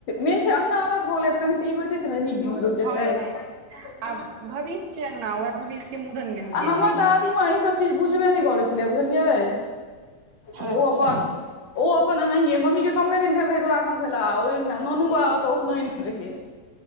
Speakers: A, on the left; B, on the right.
A: मेन छै अगना अलग भ गेलै त, कनि तऽ ई होइते छै ने नीक दिन में लोग
B: भए
A: जेतै।
B: जाइ छै
A: माँ
B: आ भविष्य के अंगना उएह भविष्य के मूड़न मे हम
A: <unintelligible>
B: गेल
A: हमर
B: रहियै
A: दादी माँ ई सब चीज बुझबे नहि करैत छै। छलै, बुझलियै, ओहो
B: अच्छा
A: अपन <unintelligible> ओ अपन एनहिये, मम्मी के कमे दिन भेल रहै दुरागमन भेला ओ अंगना, ननू बाबा ओत्तअ उपनइन रहय।